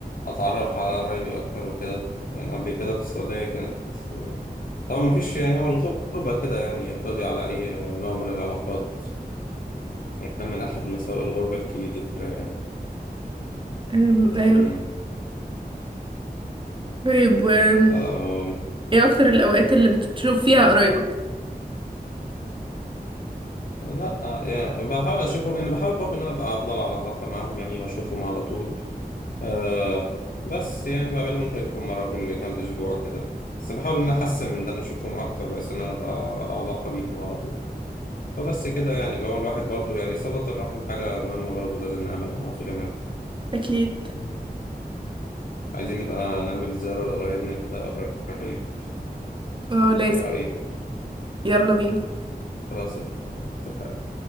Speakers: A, on the left (about 60°); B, on the right (about 30°).
A: أتعرف على قرايبي أكتر وكده يعني قبل كده في السعودية كانت طبعا مفيش يعني هو الغربة كده يعني بتقضي على أي نوع من العلاقات كان من أحد مساوئ الغربة الكبيرة يعني.
B: أم، ايوه
A: مم.
B: طيب أم،
A: أم.
B: ايه اكتر الاوقات اللي بتشوف فيها قرايبك
A: لا يعني بحاول اشوفهم انا بحاول برضو ان انا ابقى افضل على علاقه معاهم يعني واشوفهم على طول آه بس يعني بقابلهم ممكن اشوفهم مره كل كام اسبوع كده بس بحاول ان انا احسن من ده ان اشوفهم اكتر بس ان انا ابقى على علاقه بيهم على طول فبس كده يعني اللي هو الواحد برضو يعني صله الرحم حاجه مهمه برضو لازم نعملها على طول يا مان
B: اكيد
A: مم. عايزين نبقى نعمل زياره لقرايبنا كده قريب ايه
B: اه لازم
A: رايك
B: يلا بينا
A: خلاص آه، اتفقنا